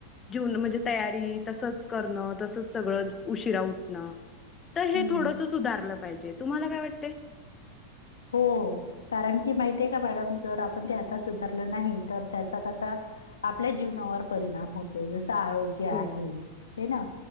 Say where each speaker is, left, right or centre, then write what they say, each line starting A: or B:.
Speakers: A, on the left; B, on the left.
A: म्हणजे तयारी तसंच करण तसच सगळं उशीरा उठण तर हे
B: हम्म
A: थोडस सुधारलं पाहिजे तुम्हाला काय वाटते?
B: हो कारण की माहित आहे का मॅडम जर आपण ते आता सुधारलं नाही तर त्याचा कसा आपल्या जीवनावर परिणाम होतो जसं आरोग्य आहे
A: हो
B: ना